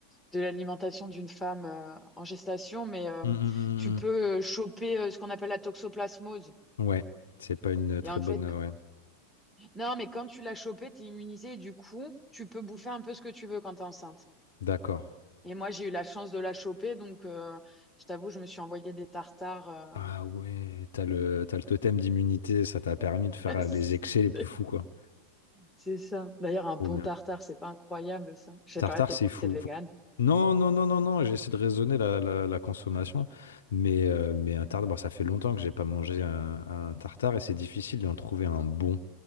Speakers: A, in the centre; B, on the left (about 65°).
A: de l'alimentation d'une femme euh, en gestation, mais euh,
B: Hmm, hmm,
A: tu peux
B: hmm,
A: euh, choper euh, ce qu'on appelle la toxoplasmose.
B: hmm. Ouais, c'est pas une
A: Et
B: très
A: en
B: bonne.
A: fait,
B: euh, Ouais,
A: non, mais quand tu l'as chopée, t'es immunisée et du coup, tu peux bouffer un peu ce que tu veux quand t'es enceinte.
B: d'accord.
A: Et moi, j'ai eu la chance de la choper, donc euh, je t'avoue, je me suis envoyé des tartares. euh,
B: Ah ouais, t'as le, t'as le totem d'immunité, ça t'a permis de
A: <laughs>
B: faire les excès les plus fous, quoi.
A: C'est ça. D'ailleurs, un
B: Trop
A: bon
B: bien.
A: tartare, c'est pas incroyable, ça. Je sais
B: Tartare,
A: pas, t'es
B: c'est
A: peut-être
B: fou.
A: végane.
B: Non, non, non, non, non, j'essaie de raisonner la, la, la consommation, mais, euh, mais un tartare, bon, ça fait longtemps que j'ai pas mangé un, un tartare et c'est difficile d'en trouver un bon,